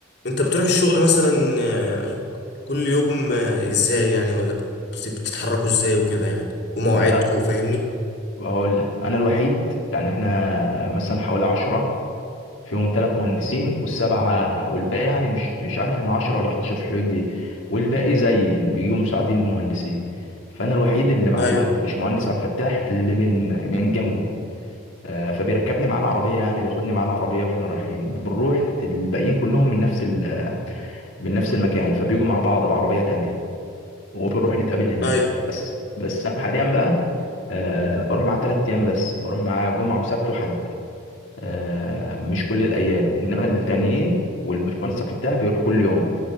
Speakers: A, on the left; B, on the left.
A: انت بتروح الشغل مثلا آه، كل يوم آه، ازاي يعني ولا بت- بتتحركوا ازاي وكده يعني ومواعيدكوا
B: لا
A: فاهمني
B: هقول لك انا الوحيد يعني احنا مثلا حوالي عشرة فيهم ثلاث مهندسين والسبعه والباقي يعني مش مش عارف احنا 10 ولا 11 في الحدود دي والباقي زي بيجوا مساعدين المهندسين فانا الوحيد اللي مع
A: ايوه
B: الباشمهندس عبد الفتاح اللي من من جنبه آه، فبيركبني معاه العربيه يعني بياخدني معاه العربيه واحنا رايحين بنروح الباقيين كلهم من نفس ال- من نفس المكان فبيجوا مع بعض بعربيه تانية وبنروح نتقابل هناك
A: ايوه
B: بس بس انا حاليا بقى آه بروح معاه تلات ايام بس بروح معاه جمعه وسبت وحد آه مش كل الايام انما التانيين والبشمهندس فتاح بيروح كل يوم